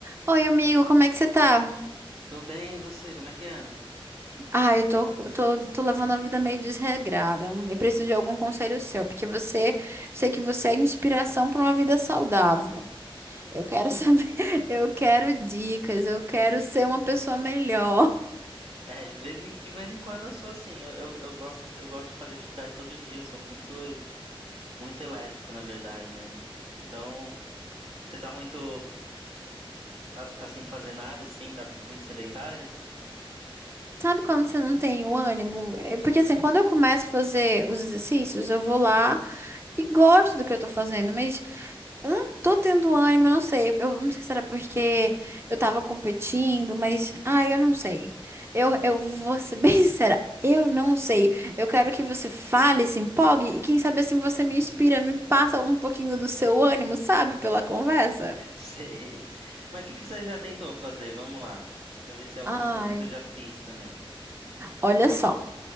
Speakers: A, on the right; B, on the right.
A: Oi, amigo, como é que você tá?
B: Tô bem, e você? Como é que anda?
A: Ah, eu tô, tô, tô levando a vida meio desregrada. Eu preciso de algum conselho seu, porque você, sei que você é inspiração para uma vida saudável. Eu quero <laughs> saber, eu quero dicas, eu quero ser uma pessoa melhor.
B: É, de vez em, de vez em quando eu sou assim. Eu, eu, eu gosto, eu gosto de fazer atividade todo dia. Eu sou muito, muito elétrico, na verdade, né? Então, você tá muito, tá, tá sem fazer nada, assim, tá muito sedentária?
A: Sabe quando você não tem o ânimo? É Porque assim,
B: Hum,
A: quando eu começo a fazer os exercícios, eu vou lá e gosto do que eu tô fazendo, mas Eu não tô tendo ânimo, eu não sei. Eu não sei se era porque eu tava competindo, mas. Ah, eu não sei. Eu, eu vou ser bem <laughs> sincera. Eu não sei. Eu quero que você fale, se empolgue e quem sabe assim você me inspira, me passa um pouquinho do seu ânimo, sabe, pela conversa.
B: <laughs> sei. Mas o que que você já tentou fazer? Vamos lá, pra ver se é alguma
A: Ai,
B: coisa que eu já fiz também.
A: olha só.